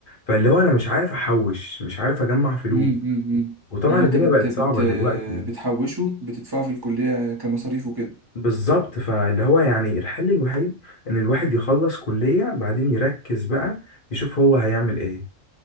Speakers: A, on the left; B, on the right.
A: فاللي هو انا مش عارف احوش مش عارف اجمع فلوس
B: مم. مم. مم.
A: وطبعا
B: اللي انت
A: الدنيا
B: بت...
A: بقت
B: بت...
A: صعبه دلوقتي
B: بتحوشه بتدفعه في الكليه كمصاريف وكده
A: بالظبط فاللي هو يعني الحل الوحيد ان الواحد يخلص كلية بعدين يركز بقى يشوف هو هيعمل ايه